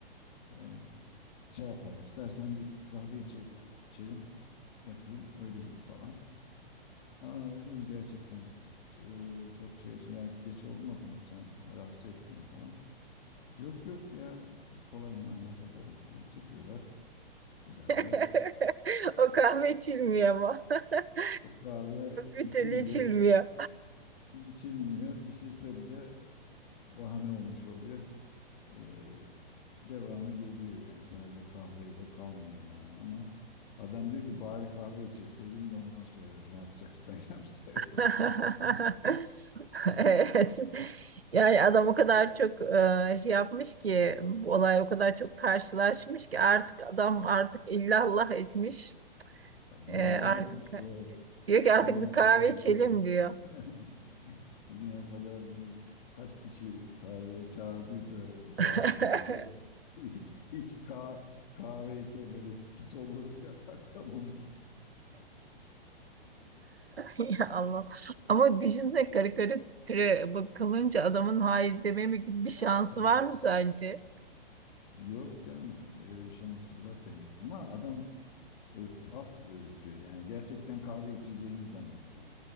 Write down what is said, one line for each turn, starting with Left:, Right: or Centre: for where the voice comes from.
Left: Eee, şey yapar. İstersen bir kahve içe, içelim yapayım öyle git falan. Aa öyle mi gerçekten Ee, çok şey olsun. Ya geç olmadı mı sen rahatsız etmeyin falan. Yok yok ya kolay hemen hazırlarım falan çıkıyorlar. Bir daha
Right: <laughs>
Left: da
Right: O kahve içilmiyor ama. <laughs>
Left: bu kahve
Right: Bir
Left: içilmiyor.
Right: türlü içilmiyor.
Left: İçilmiyor, İçilse bile bahane olmuş oluyor. Ee, devamı geliyor yani. Sadece kahveyle kalmıyor yani ama adam diyor ki bari kahve içirseydin de ondan sonra ne yapacaksan <laughs> yapsaydın.
Right: <laughs> Evet. Yani adam o kadar çok e, şey yapmış ki bu olay o kadar çok karşılaşmış ki artık adam artık illallah etmiş.
Left: Ay,
Right: E,
Left: Lalla
Right: artık
Left: etmiş ya.
Right: diyor ki artık
Left: Bugüne
Right: bir kahve
Left: kadar
Right: içelim
Left: diyor.
Right: diyor.
Left: <laughs> Bugüne kadar diyor kaç kişi kahveye çağırdıysa bu saatlerde
Right: <laughs>
Left: <laughs> hiç ka- kahve içemedik. Soluğu yatakta bulduk.
Right: Ya Allah. Ama düşünsene karikatüre bakılınca adamın hayır dememe gibi bir şansı
Left: He.
Right: var mı sence?
Left: Yok canım öyle bir şansı zaten yok. Ama adam e, saf gözüküyor. Yani gerçekten kahve içeceğini zannediyor.